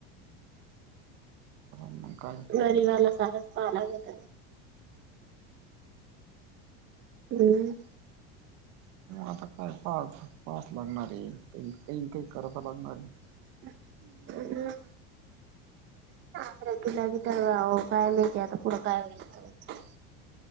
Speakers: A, on the right (about 55°); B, on the right (about 35°).
A: आम्, काय?
B: परिगाला सारंच पहावं लागतं. हम्म.
A: आता काय पाहाच पावच लागणारे, काही काही करावं तर लागणार ये
B: <unintelligible> <unintelligible> <unintelligible>